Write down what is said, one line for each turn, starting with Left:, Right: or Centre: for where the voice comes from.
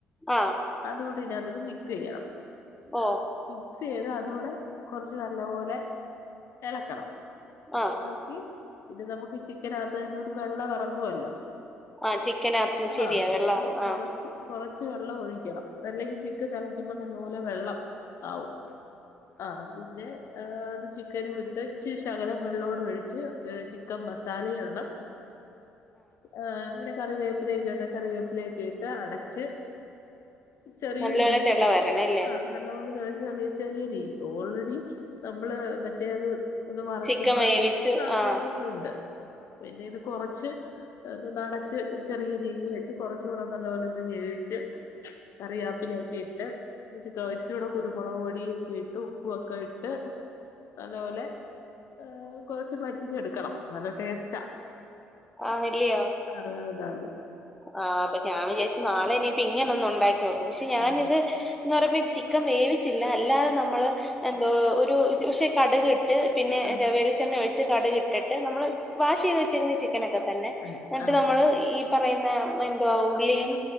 Centre: ആഹ്
Left: അതുകൂടെ ഇതിനകത്ത് മിക്സ് ചെയ്യണം
Centre: ഓ
Left: മിക്സ്യ്ത് അതൂടെ കുറച്ച് നല്ല പോലെ ഇളക്കണം
Centre: ആഹ്
Left: പി പിന്നെ നമുക്ക് ഈ ചിക്കൻ അകത്തു തന്നെ ഒരു വെള്ളം ഇറങ്ങുവല്ലോ
Centre: ആഹ് ചിക്കനപ്പ ശരിയാ
Left: ആഹ്
Centre: വെള്ളറ
Left: കുറച്ച്
Centre: ആഹ്
Left: കുറച്ച് വെള്ളം ഒഴിക്കണം അല്ലെങ്കി ചിക്കൻ തിളക്കുമ്പോ നല്ലപോലെ വെള്ളം ആവും ആഹ് പിന്നെ ആഹ് അത് ചിക്കന് വിട്ടേച്ച് ശകലം വെള്ളോടെ ഒഴിച്ച് ചിക്കൻ മസാ മസാല ഇടണം ആഹ് പിന്നെ കറിവേപ്പിലക്കെ ഇട്ട് കറിവേപ്പിലക്കെഇട്ട് അടച്ച് ചെറിയ
Centre: നല്ലോലെ
Left: <unintelligible>
Centre: തെള വരണല്ലേ
Left: നല്ല പോലെ കറിയ ചെറിയല്ല ഓൾറെഡി നമ്മള് മറ്റേത് ഒന്ന് മറക്കുമ്പോ
Centre: ചിക്കൻ വേവിച്ചു
Left: അത് അങ്ങെയ
Centre: ആഹ്
Left: ഒന്നുംണ്ട് പിന്നെ ഇത് കൊറച്ച് അടച്ച് ചെറിയ രീതിൽ വെച്ച് കൊറച്ചു കൂടെ നല്ല പോലെന്ന് വേവിച്ച് കറിയാപ്പിലെക്കെ ഇട്ട് <unintelligible> ഇച്ച് ഇവടെ കുരുമുളക് പൊടിയൊക്കെ ഇട്ട് ഉപ്പ് ഒക്കെ ഇട്ട് നല്ലപോലെ ഏ കൊറച്ച് പറ്റിഞ്ഞെടുക്കണം നല്ല ടേസ്റ്റാ
Centre: ആ വരിയോ
Left: <unintelligible>
Centre: ആ അപ്പൊ ഞാൻ വിചാരിച്ച് നാളെ ഇനി പിന്നൊന്ന്ന്നുണ്ടാക്കി നോക്കു ക്ഷെ ഞാനിത്
Left: ആഹ്
Centre: ഞ്ഞി ഓരോ പീസ് ചിക്കൻ വേവിച്ചില്ല അല്ലാതെ നമ്മള് എന്തോ ഒരു പക്ഷെ കടുക് ഇ ട്ട് പിന്നെ
Left: ആഹ്
Centre: വെളിച്ചെണ്ണ ഒഴിച്ച് കടുക് ഇട്ടിട്ട് നമ്മൾ വാഷ് ചെയ്ത് വെച്ചേക്കുന്ന ചിക് ങ്ങെനൊക്കെ തന്നെ
Left: ആഹ്
Centre: എന്നിട്ട്
Left: ആഹ്
Centre: നമ്മള് ഈ പറയുന്ന നേം എന്തോ ഉള്ളിയും